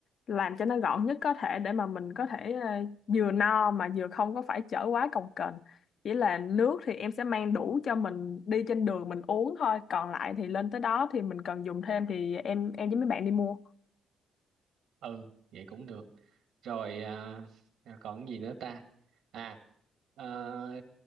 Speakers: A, on the left; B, on the right.
A: làm cho nó gọn nhất có thể để mà mình có thể à, vừa no mà vừa không có phải chở quá cồng kềnh. Chỉ là nước thì em sẽ mang đủ cho mình đi trên đường mình uống thôi, còn lại thì lên tới đó thì mình cần dùng thêm thì em em với mấy bạn đi mua.
B: ừ vậy cũng được rồi à, à, còn gì nữa ta à ờ,